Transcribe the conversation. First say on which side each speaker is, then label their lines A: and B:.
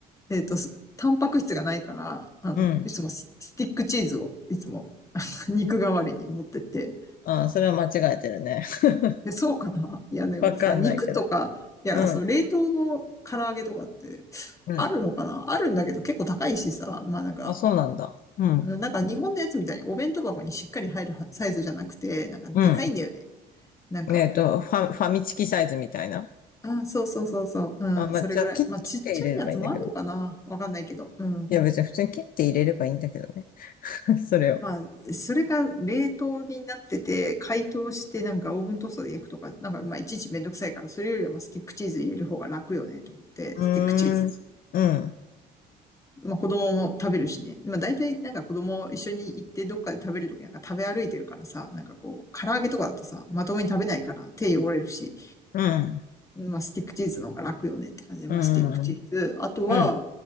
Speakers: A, on the left; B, on the left.
A: えっ、と、すタンパク質がないから、あの、
B: うん。
A: いつもスティックチーズをいつも <laughs> 肉代わりに持ってって、
B: ああ、それは間違えてるね。<laughs>
A: で、そうかないや、でもさ、
B: わかんないけど。
A: 肉とか、いや、
B: うん。
A: そう、冷凍の唐揚げとかって、
B: うん。
A: あるのかなあるんだけど結構高いしさ、まあなんか、
B: あ、そうなんだ。うん。
A: なんか日本のやつみたいにお弁当箱にしっかり入るサイズじゃなくて、なんかでかいんだよね。
B: うん。
A: なんか、
B: ねえっと、ファ、ファミチキサイズみたいな。
A: あ、そうそうそうそう、うん、
B: あ、まあ、
A: それぐらい。
B: じゃあ、切、切って入れればいいんだけど。
A: まあちっちゃいやつもあんのかなわかんないけど、うん。
B: いや、別に普通に切って入れればいいんだけどね。<laughs> それを。
A: まあ、それが冷凍になってて、解凍してなんかオーブントースターで焼くとか、なんかまあいちいちめんどくさいから、それよりはまあスティックチーズ入れる方が楽よねと思って、
B: うーん。
A: スティックチーズ。
B: うん。
A: まあ子供も食べるしね。まあ大体なんか子供一緒に行ってどっかで食べるときなんか食べ歩いてるからさ、なんかこう、唐揚げとかだとさ、まともに食べないから手汚れるし、
B: うん。
A: まあスティックチーズの方が楽よねって感じで、まあスティックチーズ。
B: うん。
A: あとは、
B: うん。